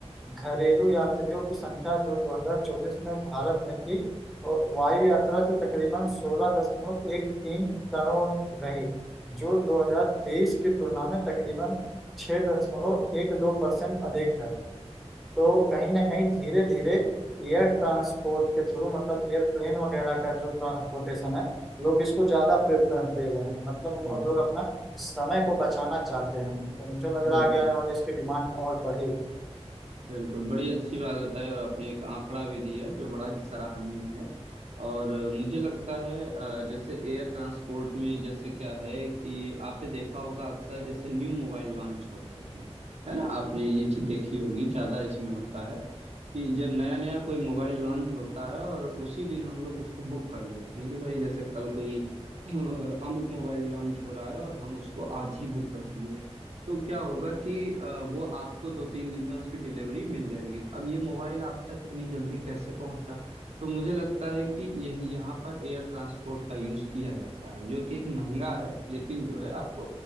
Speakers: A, in the centre; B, on the right (about 75°).
A: घरेलू यात्रियों की संख्या जो 2024 में भारत में थी वो वायु यात्रा से तकरीबन 16.13 करोड़ रही जो 2023 की तुलना में तकरीबन 6.12% अधिक है तो कहीं ना कहीं धीरे धीरे एयर ट्रांसपोर्ट के थ्रू मतलब एयरप्लेन वगैरह का जो ट्रांसपोर्टेशन है लोग इसको ज्यादा प्रेफरेंस दे रहे हैं मतलब उन
B: हम्म
A: लोग अपना समय को बचाना चाहते हैं तो मुझे लग रहा
B: बिल्कुल
A: है आगे आने वाली इसकी डिमांड और बढ़ेगी
B: बिल्कुल बड़ी अच्छी बात बताई और आपने एक आंकड़ा भी दिया जो बड़ा ही सराहनीय है और अ, मुझे लगता है अ, जैसे एयर ट्रांसपोर्ट में जैसे क्या है कि आपने देखा होगा अक्सर जैसे न्यू मोबाइल लॉन्च होते हैं है ना आपने ये चीज देखी होगी ज्यादा इसमें होता है कि जब नया नया कोई मोबाइल लॉन्च होता है और उसी दिन हम लोग उसको बुक कर लेते हैं कि भाई जैसे कल कोई अ, अमुक मोबाइल लॉन्च हो रहा है और हम उसको आज ही बुक कर लिए तो क्या होगा कि अ, वो आपको दो तीन दिन में उसकी डिलीवरी मिल जाएगी तो अब ये मोबाइल आप तक इतनी जल्दी कैसे पहुंचा तो मुझे लगता है कि यही यहाँ पर एयर ट्रांसपोर्ट का यूज किया जाता है जो कि एक महंगा है लेकिन जो है आपको